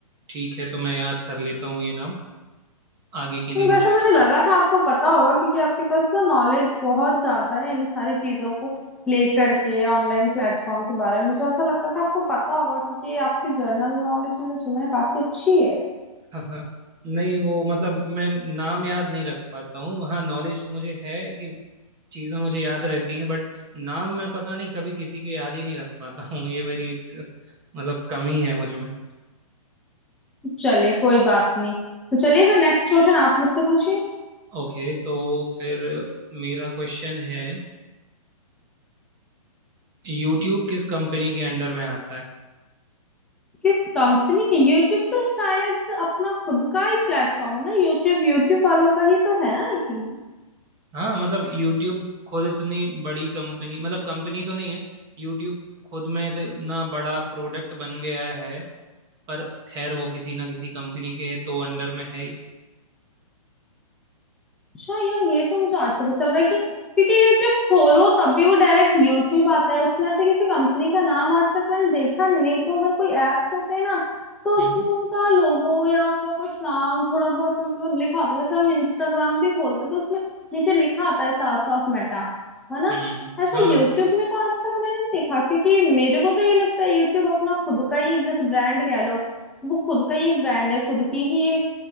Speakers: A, on the right (about 20°); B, in the centre.
A: ठीक है तो मैं याद कर लेता हूँ ये नाम आगे के लिए
B: हम्म,
A: मुझे
B: वैसे
A: याद
B: मुझे लगा
A: है
B: था आपको पता होगा क्योंकि आपके पास ना नॉलेज बहुत ज्यादा है इन सारी चीजों को लेकर के ऑनलाइन प्लेटफॉर्म के बारे में मुझे ऐसा लगता था आपको पता होगा क्योंकि आपकी जर्नल नॉलेज मैंने सुना है काफी अच्छी है
A: हाँ हाँ नहीं वो मतलब मैं नाम याद नहीं रख पाता हूँ हाँ नॉलेज मुझे है कि चीज़ें मुझे याद रहती हैं बट नाम मैं पता नहीं कभी किसी के याद ही नहीं रख पाता हूँ ये मेरी एक मतलब कमी है मुझ में
B: चलिए कोई बात नहीं तो चलिए फिर नेक्स्ट क्वेश्चन आप मुझसे पूछिए
A: ओके तो फिर मेरा क्वेश्चन है यूट्यूब किस कंपनी के अंडर में आता है
B: किस कंपनी के यूट्यूब तो शायद अपना खुद का ही प्लेटफॉर्म है ना यूट्यूब यूट्यूब वालों का ही तो है ना आई थिंक।
A: हाँ मतलब यूट्यूब खुद इतनी बड़ी कंपनी मतलब कंपनी तो नहीं है यूट्यूब खुद में इतना बड़ा प्रोडक्ट बन गया है पर खैर वो किसी ना किसी कंपनी के तो अंडर में है ही
B: अच्छा यार ये तो मुझे आज पता चल रहा है कि क्योंकि यूट्यूब खोलो तब भी वो डायरेक्ट यूट्यूब आता है उसमें ऐसे किसी कंपनी का नाम आज तक मैंने देखा नहीं नहीं तो अगर कोई एप्स होते हैं ना तो उसमें
A: हम्म
B: उनका लोगो या उनका कुछ नाम थोड़ा बहुत मतलब लिखा होता है जैसे हम इंस्टाग्राम भी खोलते हैं, तो उसमें नीचे लिखा आता है साफ साफ मेटा है ना
A: हम्म
B: ऐसा
A: हाँ
B: यूट्यूब में तो आज तक मैंने नहीं देखा क्योंकि मेरे को तो ये लगता है यूट्यूब अपना खुद का ही एक जैसे ब्रांड कह लो वो खुद का ही एक ब्रांड है खुद की ही एक